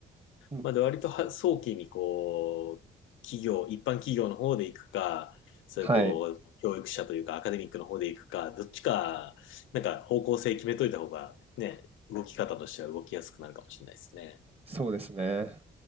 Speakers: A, on the right (about 30°); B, on the left (about 75°).
A: うん、
B: まあ、で割とは早期にこう、企業、一般企業の方で行くか、そういうこう、
A: はい。
B: 教育者というかアカデミックの方で行くか、どっちか、なんか方向性決めといた方がね、動き方としては動きやすくなるかもしれないですね。
A: そうですね。